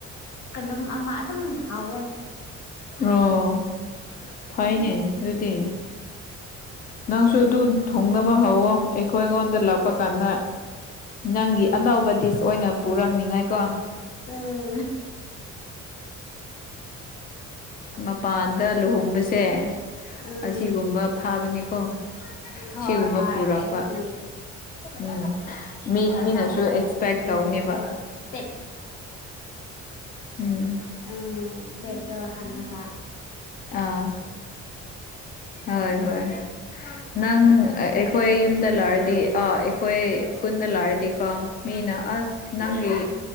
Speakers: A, on the left; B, on the left.
A: ꯀꯩꯅꯣꯝ ꯑꯃ ꯑꯗꯨꯝ ꯍꯥꯎꯋꯦ꯫
B: ꯑꯣ ꯐꯩꯅꯦ
A: ꯎꯝ
B: ꯑꯗꯨꯗꯤ꯫ ꯅꯪꯁꯨ ꯑꯗꯨ ꯊꯨꯡꯅꯕ ꯍꯧꯋꯣ ꯑꯩꯈꯣꯏ ꯑꯩꯉꯣꯟꯗ ꯂꯥꯛꯄ ꯀꯥꯟꯗ ꯅꯪꯒꯤ ꯑꯅꯧꯕ ꯗꯤꯁ ꯑꯣꯏꯅ ꯄꯨꯔꯛꯅꯤꯉꯥꯏꯀꯣ꯫
A: ꯎꯝ
B: ꯃꯄꯥꯟꯗ ꯂꯨꯍꯣꯡꯕꯁꯦ
A: ꯎꯝ
B: ꯑꯁꯤꯒꯨꯝꯕ ꯐꯥꯕꯅꯤꯀꯣ
A: ꯍꯣꯏ
B: ꯁꯤꯒꯨꯝꯕ
A: ꯍꯣꯏ
B: ꯄꯨꯔꯛꯄ꯫
A: ꯑꯗꯨꯒꯤ
B: ꯎꯝ ꯃꯤ
A: ꯑꯗꯣ ꯑꯅꯧꯕ
B: ꯃꯤꯅꯁꯨ ꯑꯦꯛꯁꯄꯦꯛ
A: ꯊꯣꯡꯕꯤꯗꯣꯏꯅꯦ
B: ꯇꯧꯕꯅꯤꯕ꯫
A: ꯑꯗꯣ ꯏꯁꯇꯦꯞ
B: ꯎꯝ
A: ꯎꯝ ꯁ꯭ꯇꯦꯞꯇꯣ ꯍꯟꯂꯒ
B: ꯑ ꯍꯣꯏ ꯍꯣꯏ ꯅꯪ ꯑꯩꯈꯣꯏ ꯌꯨꯝꯗ ꯂꯥꯛꯔꯗꯤ ꯑꯥ ꯑꯩꯈꯣꯏ ꯈꯨꯟꯗ ꯂꯥꯛꯔꯗꯤꯀꯣ ꯃꯤꯅ ꯑꯁ ꯅꯪꯒꯤ